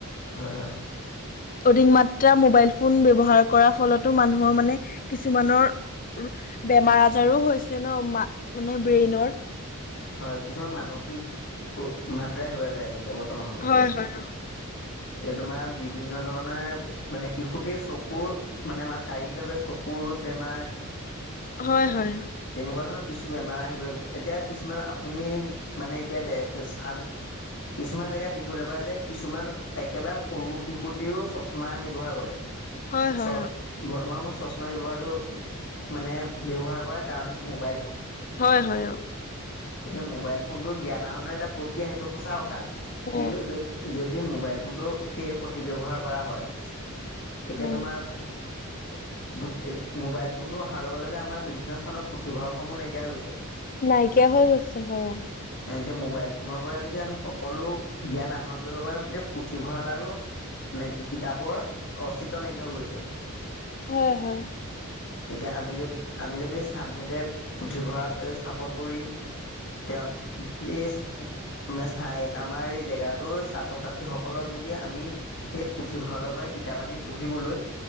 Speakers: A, on the left; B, on the left.
A: হয়, হয়।
B: অধিক মাত্ৰা মোবাইল ফোন ব্যৱহাৰ কৰাৰ ফলতো মানুহৰ মানে কিছুমানৰ বেমাৰ আজাৰো হৈছে ন, মা মানে ব্ৰেইনৰ।
A: হয়, কিছুমান মানসিক উ মাত্ৰাই হেৰুৱাই পেলাইছে এতিয়া বৰ্তমান সম
B: হয়, হয়, অ'।
A: এতিয়া তোমাৰ বিভিন্ন ধৰণৰ মানে শিশুটিয়ে চকুৰ মানে আমাৰ শাৰীৰিক ভাৱে চকু কুৰ বেমাৰ
B: হয়, হয়, অ'।
A: তেনেকুৱা ধৰণৰ কিছু বেমাৰ আহিবলৈ এতিয়া কিছুমান আপুনি মানে এতিয়া দে স্থান কিছুমান জেগাত দেখিবলৈ পাই যে কিছুমান একেবাৰে সৰু শিশুটিৰো চশমা ব্যৱহাৰ কৰে।
B: হয়-হয়,
A: চ
B: অঁ!
A: বৰ্তমান সময়ত চশমা ব্যৱহাৰটো মানে ব্যৱহাৰ কৰা কাৰণ হৈছে মোবাইল ফোন।
B: হয় হয় অ
A: এতিয়া মোবাইল ফোনটো জ্ঞান আহৰণৰ এটা প্ৰক্ৰিয়া সেইটো সঁচা কথা।
B: হয়
A: কিন্তু য যদি মোবাইল ফোনটো সেই সঠিক ব্যৱহাৰ কৰা হয়। এতিয়া
B: হয়
A: তোমাৰ <unintelligible> মোবাইল ফোনটো অহাৰ লগে-লগে আমাৰ বিভিন্ন স্থানত পুথিভঁৰাল সমূহ নাইকিয়া হৈ গৈছে।
B: নাইকিয়া হৈ গৈছে হয়।
A: এ এতিয়া মোবাইল ফোনৰ পৰা যদি আমি সকলো জ্ঞান আহৰণ কৰিব পাৰোঁ তেতিয়া পুথিভঁৰাল আৰু <unintelligible> কিতাপৰ অস্তিত্ব নাইকিয়া হৈ গৈছে।
B: হয়-হয়।
A: এতিয়া আমি যদি আমি যদি স্থানভেদে পুথিভঁৰাল এই স্থাপন কৰি তেওঁ এই মানে ঠাইত আমাৰ এই জেগাত টোৰ ছাত্ৰ-ছাত্ৰী সকলক যদি আমি এই পুথিভঁৰালৰ পৰা কিতাপ আনি পঢ়িবলৈ